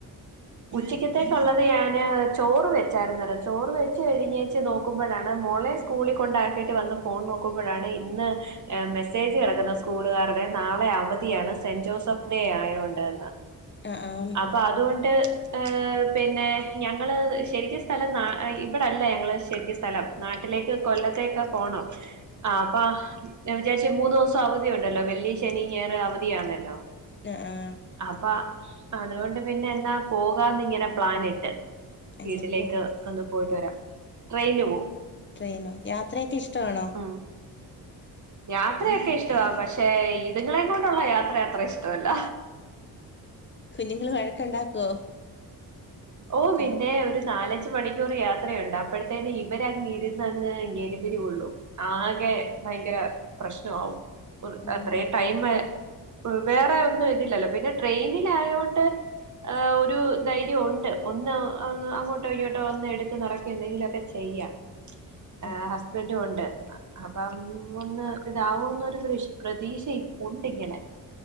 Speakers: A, on the right (about 50°); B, on the left (about 30°).
A: ഉച്ചിക്കത്തേക്കുള്ളത് ഞാന് ചോറ് വെച്ചായിരുന്നു ചോറ് വെച്ച് കഴിഞ്ഞേച്ച് നോക്കുമ്പഴാണ് മോള്ക്ക് സ്കൂളിൽ കൊണ്ടാക്കിയിട്ട് വന്ന് ഫോൺ നോക്കുമ്പഴാണ് ഇന്ന് ഏഹ് മെസ്സേജ് കിടക്കുന്ന സ്കൂളുകാരുടെ നാളെ അവധിയാണ് സെന്റ് ജോസഫ് ഡേ ആയതോണ്ടന്ന്
B: ആ ആ
A: അപ്പ അതുകൊണ്ട് ഏഹ് പിന്നെ ഞങ്ങള് ശരിക്കും സ്ഥലം നാ ഇവിടെല്ല ഞങ്ങള് ശരിക്കും സ് സ്ഥലം നാട്ടിലേക്ക് കൊല്ലത്തേക്ക് പോണം ആഹ് അപ്പ ഞാ വിചാരിച്ച് മൂന്നു ദുവസം അവധിയുണ്ടല്ലോ വെള്ളി ശനി ഞായർ അവധിയാണല്ലോ
B: ആഹ് ആഹ്
A: അപ്പ അതുകൊണ്ട് പിന്നെ എന്നാ പോകാന്ന് ഇങ്ങനെ പ്ലാനിട്ട്
B: അങ്ങനെ
A: വീട്ടിലേക്ക്
B: പോ
A: ഒന്ന് പോയിട്ട് വരാം ട്രെയിന് പോവും
B: ട്രെയിനോ യാത്രയൊക്കെ ഇഷ്ടമാണോ?
A: ഉം യാത്രയൊക്കെ ഇഷ്ടവാ പക്ഷെ ഇതുങ്ങളെ കൊണ്ടുള്ള യാത്ര അത്ര ഇഷ്ട്ടവല്ല
B: കുഞ്ഞുങ്ങൾ വഴക്കുണ്ടാക്കുവോ
A: ഓ
B: കുഞ്
A: പിന്നെ ഒരു നാലഞ്ച് മണി ക്കൂർ യാത്രയുണ്ട് അപ്പഴത്തേന് ഇവരങ്ങ് ഇരുന്നങ്ങ് നരുബിരികൊള്ളും ആകെ ഭയങ്കര പ്രശ്നവാവും
B: ഉം
A: അത്രയും ടൈമ് വേറെ ഒന്നും ഇതില്ലല്ലോ പിന്നെ ട്രെയിലിലായോണ്ട് ആ ഒരു ധൈര്യവുണ്ട് ഒന്ന് അങ്ങോട്ടോ ഇങ്ങോട്ടോ ഒന്ന് എടുത്ത് നടക്കെ എന്തെങ്കിലൊക്കെ ചെയ്യാം
B: <inaudible>
A: ആഹ് ഹസ്ബൻഡും ഒണ്ട് അപ്പം ഒന്ന് ഇതാവുന്നൊരു ശ് പ്രതീക്ഷ ഒണ്ടിങ്ങനെ